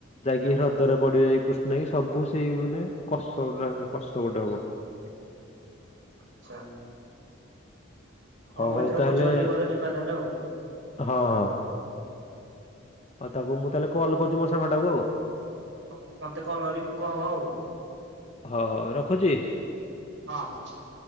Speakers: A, on the left; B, on the right.
A: ଯାଇକି ହ୍ରଦରେ ପଡିବେ କୃଷ୍ଣେଇ ସବୁ ସେଇ ମାନେ କଷ୍ ଉଲା କଷ୍ଟ ଗୋଟାକ। <unintelligible>
B: ଆଛା ହଉ
A: ହଁ
B: ଏଥର
A: ତାହେଲେ
B: ବୁଝ ଯିବାର ଯିବା ତାହେଲେ ଆଉ।
A: ହଁ ହଁ। ଆଉ ତାକୁ
B: ହଉ
A: ମୁଁ ତାହେଲେ କଲ କରୁଛି ମୋ ସାଙ୍ଗ ଟାକୁ ଆଉ।
B: ହଉ ମତେ କଲ କରୀ କହ ଅଉ
A: ହଁ ହଉ ରଖୁଛି।
B: ‌ ହଁ।